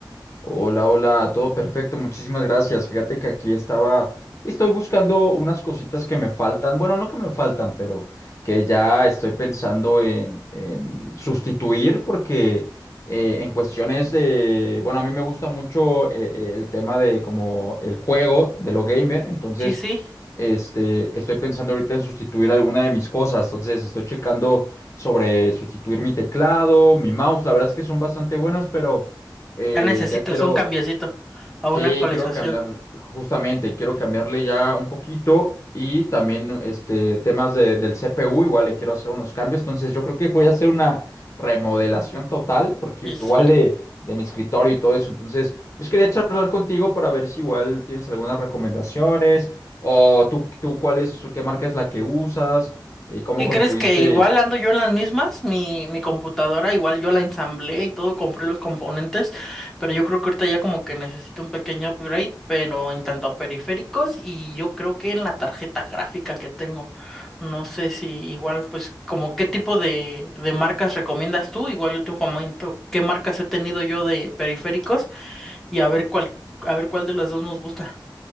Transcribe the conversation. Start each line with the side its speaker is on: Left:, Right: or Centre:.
Left: Hola, hola, todo perfecto, muchísimas gracias. Fíjate que aquí estaba, estoy buscando unas cositas que me faltan, bueno, no que me faltan, pero que ya estoy pensando en, en sustituir porque eh, en cuestiones de, bueno, a mí me gusta mucho eh, eh, el tema de como el juego, de lo gamer, entonces...
Centre: Sí, sí,
Left: Este, estoy pensando ahorita en sustituir alguna de mis cosas, entonces estoy checando sobre sustituir mi teclado, mi mouse, la verdad es que son bastante buenos, pero eh,
Centre: ya necesitas
Left: ya quiero,
Centre: un cambiecito a una
Left: sí,
Centre: actualización.
Left: quiero cambiarle, justamente, quiero cambiarle ya un poquito y también este, temas de- del CPU, igual le quiero hacer unos cambios, entonces yo creo que voy a hacer una remodelación total, porque
Centre: Sí, sí.
Left: igual de, de mi escritorio y todo eso, entonces, pues quería charlar contigo para ver si igual tienes algunas recomendaciones o tú, tú cuál es, qué marca es la que usas y cómo
Centre: ¿Qué
Left: construiste.
Centre: crees que igual ando yo en las mismas? Mi, mi computadora igual yo la ensamblé y todo, compré los componentes, pero yo creo que ahorita ya como que necesito un pequeño upgrade, pero en tanto a periféricos y yo creo que en la tarjeta gráfica que tengo. No sé si igual pues como qué tipo de, de marcas recomiendas tú, igual yo te comento qué marcas he tenido yo de periféricos. y a ver cuál, a ver cuál de las dos nos gusta.